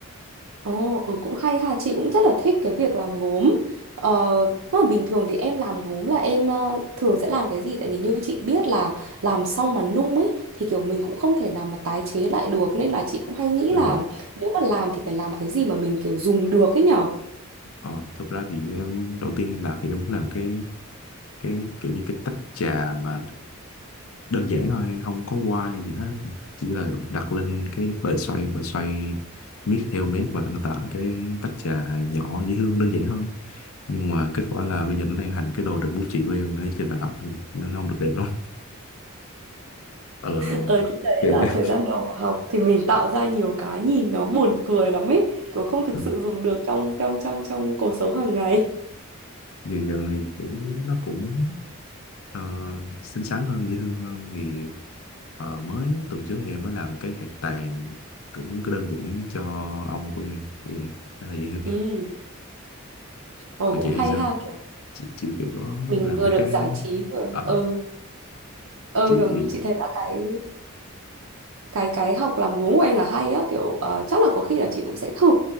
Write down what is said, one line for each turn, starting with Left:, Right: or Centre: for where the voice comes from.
Right: Ồ, ừ cũng hay ha, chị cũng rất là thích cái việc làm gốm. Ờ, mà bình thường thì em làm gốm là em ờ, thường sẽ làm cái gì? Tại vì như chị biết là làm xong mà nung ấy thì kiểu mình cũng không thể nào mà tái chế lại được nên là chị cũng hay nghĩ
Left: ừ.
Right: là nếu mà làm thì phải làm cái gì mà mình kiểu dùng được ấy nhở.
Left: Ờ, thực ra thì em, đầu tiên em làm thì em cũng làm cái cái kiểu như cái tách trà mà đơn giản thôi không có quay gì hết chỉ là đặt lên cái bề xoay và xoay miết theo mép và nó tạo cái tách trà nhỏ dễ thương đơn giản thôi nhưng mà kết quả là bây giờ nó đang thành cái đồ đựng bút chì của em ở trên bàn học thì nó không được đẹp lắm ờ
Right: Ờ chị thấy
Left: ok <laughs>
Right: là thời gian đầu mà học thì mình tạo ra nhiều cái nhìn nó buồn cười lắm ấy, kiểu không thực
Left: Ừ,
Right: sự dùng được trong trong trong trong cuộc sống hàng ngày.
Left: giờ giờ thì kiểu nó cũng ờ, xinh xắn hơn dễ thương hơn thì ờ, mới tuần trước thì em mới làm cái cạc tàn cũng có đơn giản cho ông của em thì khá là dễ thương <laughs>
Right: Ừ, ồ
Left: còn
Right: cũng
Left: chị
Right: hay
Left: thì sao
Right: ha kiểu
Left: chị, chị kiểu có
Right: mình
Left: làm
Right: vừa
Left: mấy
Right: được
Left: cái
Right: giải trí vừa
Left: ờ
Right: ừ. ừ
Left: chị
Right: kiểu
Left: chị
Right: chị thấy là cái cái cái học làm gốm của em là hay á kiểu ờ, chắc là có khi là chị cũng sẽ thử